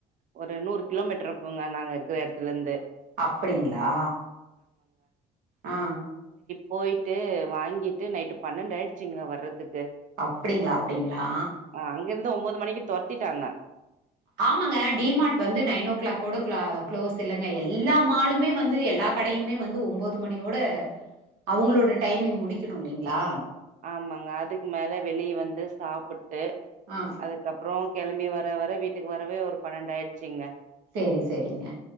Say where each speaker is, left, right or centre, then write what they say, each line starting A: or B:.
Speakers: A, on the right (about 50°); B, on the right (about 80°).
A: ஒரு நூறு கிலோமீட்டர் இருக்குங்க நாங்க இருக்கிற எடத்துலருந்து
B: அப்டிங்களா ஆ ஆ
A: போய்ட்டு வாங்கிட்டு நைட்டு பன்னெண்டாய்டுச்சுங்க வர்றதுக்கு
B: அப்டிங்ளா அப்டிங்ளா
A: ஆ அங்கிருந்து ஒன்போது மணிக்கு தொரத்திட்டாங்க
B: ஆமாங்க டி மார்ட் வந்து நைன் ஓ கிளாக்கோட க்ளா க்ளோஸ் இல்லங்க எல்லா மாலுமே வந்து எல்லா கடையுமே வந்து ஒன்போது மணியோட அவுங்களோட டைமிங் முடிக்கணு இல்லைங்ளா
A: ஆமாங்க அதுக்கு மேல வெளிய வந்து சாப்புட்டு
B: ஆ
A: அதுக்கு கப்புறோ கெளம்பி வர வர வீட்டுக்கு வரவே ஒரு பன்னெண்டு ஆய்ட்ச்சிங்க
B: செரி செரிங்க